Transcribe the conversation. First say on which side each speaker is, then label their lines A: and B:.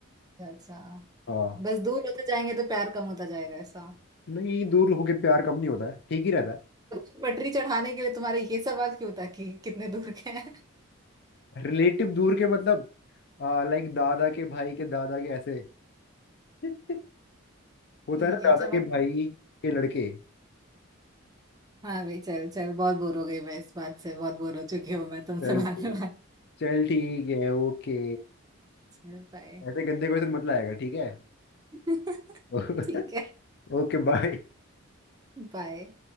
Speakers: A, on the right (about 20°); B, on the left (about 50°).
A: अच्छा अच्छा
B: हाँ
A: बस दूर होते जाएंगे तो प्यार कम होता जाएगा ऐसा
B: नहीं दूर होके प्यार कम नहीं होता है ठीक ही रहता है
A: अच्छी पटरी चढ़ाने के लिए तुम्हारे ये सवाल क्यों था कि कितने दूर के हैं <laughs>
B: रिलेटिव दूर के मतलब लाइक दादा के भाई के दादा के ऐसे <laughs> होता
A: ठीक
B: है ना
A: है
B: दादा
A: चमक
B: के भाई के लड़के
A: हाँ भाई चल चल बहुत बोर हो गई मैं इस बात से बहुत बोर हो चुकी हूँ मैं तुमसे
B: चल
A: <laughs> बाद
B: ठीक
A: में बात
B: चल ठीक है ओके
A: चल बाय
B: ऐसे गंदे क्वेश्चन मत लाएगा ठीक है
A: <laughs>
B: <laughs>
A: ठीक है
B: Okay bye
A: बाय